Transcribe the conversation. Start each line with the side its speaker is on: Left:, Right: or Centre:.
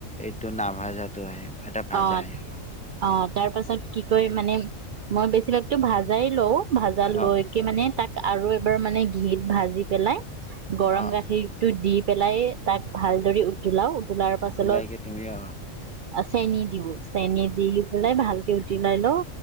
Centre: টো নাভা যাতো আহে এটা ভাজা
Right: অঁ
Centre: আহে
Right: অঁ তাৰ পাছত কি কয় মানে। মই বেছিভাগতো ভাজাই লওঁ। ভাজা লৈকে
Centre: অ
Right: মানে তাক আৰু এবাৰ মানে। ঘিত ভাজি পেলাই। গৰম
Centre: অ',
Right: গাখীৰতটো দি পেলাই তাক। ভালদৰে উতলাও। উতলাৰ পাছত
Centre: উতলাই দিব আকৌ।
Right: চেনি দিওঁ, চেনি দি পেলাই ভালকে উটিলাই লওঁ।